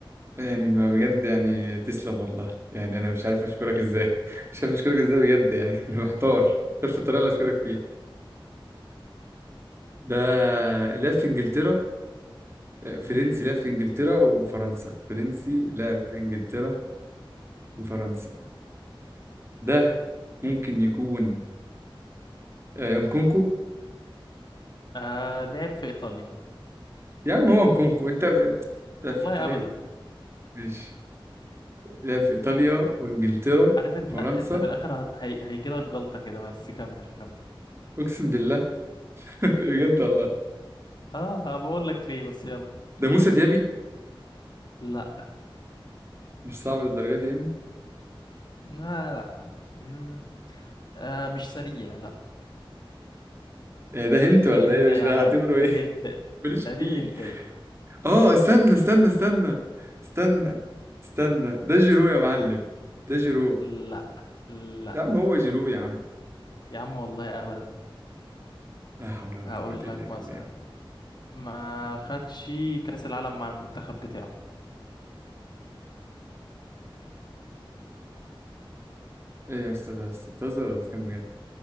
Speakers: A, on the right; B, on the left.
A: يعني ما بجد يعني تسلم والله يعني أنا مش عارف أشكرك إزاي <laughs> مش عارف أشكرك إزاي بجد يعني <laughs> أنا محتار محتار في الطريقة اللي أشكرك فيها ده لعب في إنجلترا فرنسي
B: مم.
A: لعب في إنجلترا وفرنسا فرنسي لعب في إنجلترا وفرنسا ده ممكن يكون آه، انكونكو
B: آه لعب في إيطاليا
A: يا عم هو انكونكو أنت أنت- لعب
B: والله
A: في إيطاليا
B: أبدا
A: ماشي لعب في إيطاليا وإنجلترا
B: عارف أنت
A: وفرنسا
B: أنت في الآخر هي... هيجيلك جلطة كده بس كمل كمل
A: أقسم بالله بجد والله
B: اه بقول لك ليه بس يلا
A: ده موسى ديابي
B: لا
A: مش صعب للدرجه دي يعني
B: لا لا مم، آه مش سريع لا
A: يعني ده هنت
B: دي
A: ولا
B: الهنتاية
A: ايه مش هعتبره
B: عامة دي
A: ايه
B: الهنتاية
A: <laughs> ماليش
B: آه، دي
A: فيه
B: الهنتاية
A: اه استنى استنى استنى استنى استنى ده جيرو يا معلم ده جيرو
B: لا لا
A: يا عم هو جيرو يا عم
B: يا عم والله ابدا
A: لا حول ولا
B: هقول
A: قوة إلا
B: لك
A: بالله
B: مثلا ما خدش كأس العالم مع المنتخب بتاعه
A: ايه يا استاذ ده أستاذ بتهزر ولا بتتكلم بجد